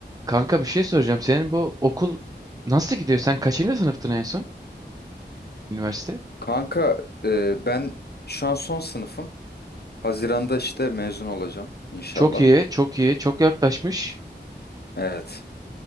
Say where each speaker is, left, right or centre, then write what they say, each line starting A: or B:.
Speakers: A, on the right; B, on the left.
A: Kanka bir şey soracağım. Senin bu okul nasıl gidiyor? Sen kaçıncı sınıftın en son üniversite?
B: Kanka e, ben şu an son sınıfım. Haziran'da işte mezun olacağım inşallah.
A: Çok iyi, çok iyi, çok yaklaşmış.
B: Evet.